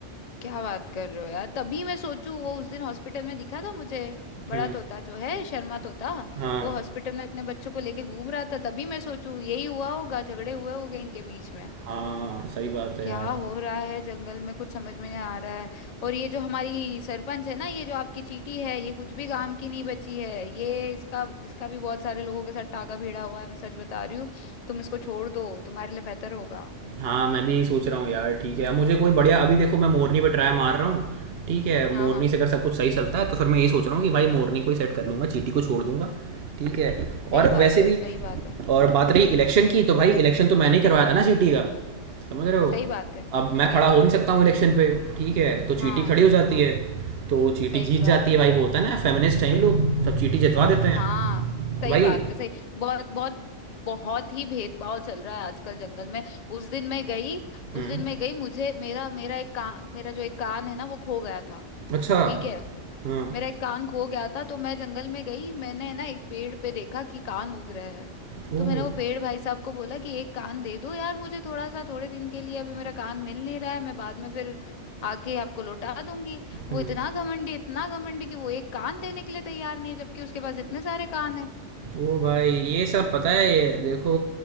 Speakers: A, on the left; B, on the right.
A: क्या बात कर रहे हो यार तभी मैं सोचूं वो उस दिन हॉस्पिटल में दिखा था मुझे बड़ा
B: हम्म
A: तोता जो है शर्मा तोता
B: हाँ
A: वो हॉस्पिटल में अपने बच्चों को लेके घूम रहा था तभी मैं सोचूं यही हुआ होगा झगड़े हुए होंगे इनके बीच में
B: हाँ सही बात है
A: क्या
B: यार
A: हो रहा है जंगल में कुछ समझ में नहीं आ रहा है और ये जो हमारी सरपंच है ना ये जो आपकी चीटी है ये कुछ भी काम की नहीं बची है ये इसका इसका भी बहुत सारे लोगों के साथ टाका भिड़ा हुआ है मैं सच बता रही हूँ तुम इसको छोड़ दो तुम्हारे लिए बेहतर होगा
B: हाँ मैं भी यही सोच रहा हूँ यार ठीक है अब मुझे कोई बढ़िया अभी देखो मैं मोरनी पे ट्राई मार रहा हूँ ठीक है
A: हाँ
B: मोरनी
A: हाँ
B: से अगर सब कुछ सही चलता है तो फिर मैं ये सोच रहा हूँ कि भाई मोरनी को ही सेट कर लूँगा चीटी को छोड़ दूंगा ठीक है
A: सही
B: और
A: बात
B: वैसे
A: है
B: भी
A: सही बात है
B: और बात रही इलेक्शन की तो भाई इलेक्शन तो मैंने ही करवाया था ना चीटी का समझ रहे हो
A: सही बात है
B: अब मैं
A: सही
B: खड़ा
A: बात
B: हो नहीं सकता
A: है
B: हूँ इलेक्शन पे ठीक है तो चीटी
A: हाँ
B: खड़ी हो जाती
A: हाँ
B: है तो चीटी
A: सही
B: जीत
A: बात
B: जाती है भाई
A: है
B: वो होता है ना फेमिनिस्ट हैं ये लोग सब चीटी जितवा देते हैं
A: हाँ सही
B: भाई
A: बात है सही बहुत बहुत बहुत ही भेदभाव चल रहा है आजकल जंगल में उस दिन मैं गई उस
B: हम्म
A: दिन मैं गई मुझे मेरा मेरा एक कान मेरा जो एक कान है ना वो खो गया था
B: अच्छा
A: ठीक है
B: हाँ
A: मेरा एक कान खो गया था तो मैं जंगल में गई मैंने ना एक पेड़ पे देखा कि कान उग रहा है
B: ओह
A: तो मैंने वो पेड़ भाई साहब को बोला कि एक कान दे दो यार मुझे थोड़ा सा थोड़े दिन के लिए अभी मेरा कान मिल नहीं रहा है मैं बाद में फिर आके आपको लौटा दूंगी वो
B: हम्म
A: इतना घमंडी इतना घमंडी कि वो एक कान देने के लिए तैयार नहीं है, जबकि उसके पास इतने सारे कान है
B: ओ भाई ये सब पता है ये देखो